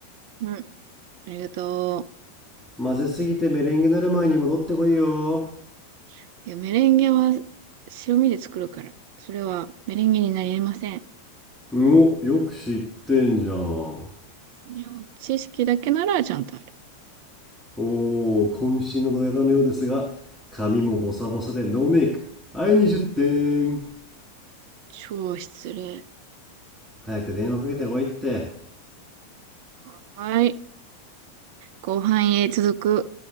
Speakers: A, on the right; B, in the centre.
A: うん。ありがと
B: 混ぜすぎてメレンゲなる前に戻ってこいよ。
A: う。いや、メレンゲは白身で作るから。それはメレンゲになりません。
B: お、よく知ってんじゃん。お
A: いや、知識だけならちゃんとある。
B: ー、渾身のドヤ顔のようですが、髪もボサボサでノーメイク。はい、20点。
A: 超失礼。
B: 早く電話かけてこいって。
A: はーい。後半へ続く。